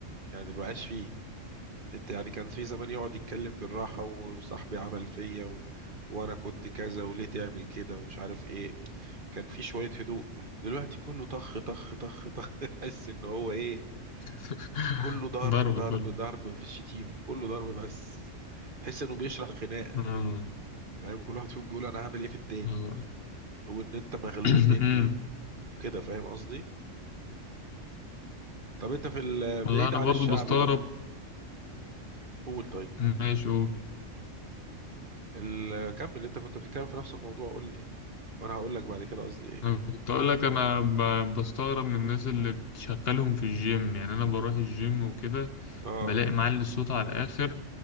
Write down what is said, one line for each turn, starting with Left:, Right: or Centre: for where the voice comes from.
Right: يعني مبقاش فيه انت يعني كان في زمان يقعد يتكلم بالراحة وصاحبي عمل فيا و... وانا كنت كذا وليه تعمل كده ومش عارف ايه كان في شوية هدوء دلوقتي كله طخ طخ طخ طخ <laughs> تحس ان هو ايه
Left: <laughs>
Right: كله ضرب
Left: ضرب
Right: ضرب
Left: كله
Right: ضرب مفيش شتيمة كله ضرب بس تحس انه بيشرح خناقة
Left: آه.
Right: فاهم كل واحد فيهم بيقول انا هعمل ايه في التاني
Left: آه.
Right: وان انت مغلول
Left: <clears throat>
Right: مني وكده فاهم قصدي طب انت في ال-
Left: والله
Right: بعيد
Left: انا
Right: عن
Left: برضو
Right: الشعبي
Left: بستغرب
Right: بقى قول طيب
Left: ماشي قول
Right: ال- كمل انت كنت بتتكلم في نفس الموضوع قول لي وانا هقول لك بعد كده قصدي ايه
Left: انا كنت اقول لك انا ب- بستغرب من الناس اللي بتشغلهم في الجيم يعني انا بروح الجيم وكده
Right: اه
Left: بلاقي معلي الصوت على الاخر